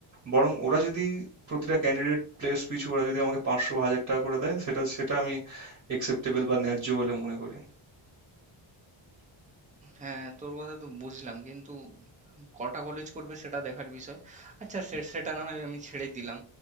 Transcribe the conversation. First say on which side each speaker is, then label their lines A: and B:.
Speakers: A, on the right; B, on the right.
A: বরং ওরা যদি প্রতিটা ক্যান্ডিডেট প্লেস পিছু ওরা যদি আমাকে পাঁচশো বা হাজার টাকা করে দেয় সেটা সেটা আমি একসেপ্টেবল বা ন্যায্য বলে মনে করি
B: হ্যাঁ তোর কথা তো বুঝলাম কিন্তু কটা কলেজ করবে সেটা দেখার বিষয় আচ্ছা সে সেটা না হয় আমি ছেড়ে দিলাম